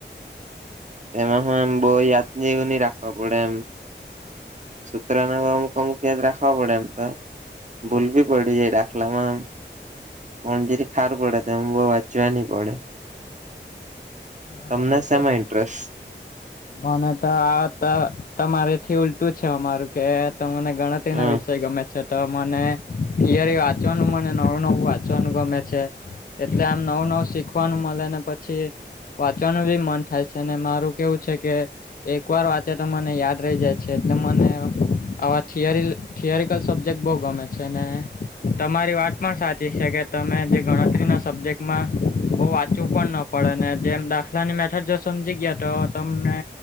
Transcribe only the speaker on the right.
એમાં હું એમ બહુ યાદ જેવું નહી રાખવા પડે એમ. સૂત્રને અમુક અમુક યાદ રાખવા પડે એમ તો ભૂલવી પડી જાય ડાખલામાંમ. પણજરી ખાર પડે તોમ બહ વાંચવા નની પડે.
તમને
શેમાં ઇન્ટરેસ્ટ
હ